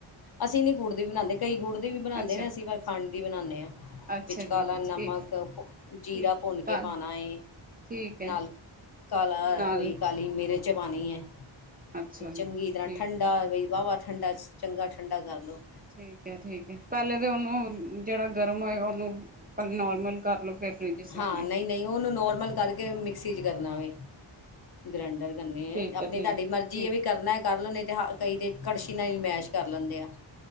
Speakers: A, on the left; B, on the right.
A: ਅਸੀਂ ਨੀ ਗੁੜ ਦੀ ਵੀ ਬਣਾਉਂਦੇ ਕਈ ਗੁੜ ਦੀ ਵੀ ਬਣਾਦੇ
B: ਅੱਛਾ
A: ਨੇ ਅਸੀਂ ਪਰ ਖੰਡ ਦੀ ਬਣਾਉਂਦੇ ਹਾਂ।
B: ਅੱਛਾ
A: ਵਿਚ ਕਾਲਾ
B: ਜੀ
A: ਨਮਕ
B: ਠੀਕ
A: ਜ਼ੀਰਾ
B: ਠੀਕ
A: ਭੁੰਨ ਕੇ
B: ਕੱਲ
A: ਪਾਉਣਾ ਏ
B: ਠੀਕ ਹੈ
A: ਨਾਲ ਕਾਲਾ
B: ਨਾਲ
A: ਹੋਈ ਕਾਲੀ ਮਿਰਚ ਮਿਰਚ ਪਾਣੀ ਹੈ
B: ਅੱਛਾ
A: ਤੇ
B: ਜੀ
A: ਚੰਗੀ ਤਰ੍ਹਾਂ
B: ਠੀਕ
A: ਠੰਢ ਠੰਡਾ ਬਈ ਵਾਹਵਾ ਠੰਡਾ ਚੰਗਾ ਠੰਡਾ ਕਰ ਲੋ
B: ਠੀਕ ਹੈ ਠੀਕ ਹੈ ਪਹਿਲੇ ਤਾਂ ਉਹਨੂੰ ਜਿਹੜਾ ਗਰਮ ਹੋਏਗਾ ਉਹਨੂੰ ਨੋਰਮਲ ਕਰ ਲਓ ਫਿਰ ਫਰਿੱਜ 'ਚ ਰੱਖਣਾ
A: ਹਾਂ ਨਹੀਂ ਨਹੀਂ ਉਹਨੂੰ ਨੋਰਮਲ ਕਰਕੇ ਮਿਕਸੀ ਚ ਕਰਨਾ ਵੇ ਗ੍ਰੈਂਡਰ ਕਰਨੇ
B: ਠੀਕ
A: ਆਪਣੀ
B: ਹੈ ਠੀਕ
A: ਤੁਹਾਡੀ ਮਰਜ਼ੀ
B: ਠੀਕ
A: ਇਹ ਵੀ ਕਰਨਾ ਕਰ ਲੇ ਤੇ ਕਈ ਤੇ ਕੜੱਛੀ ਨਾਲ ਹੀ ਮੈਸ਼ ਕਰ ਲੈਂਦੇ ਆ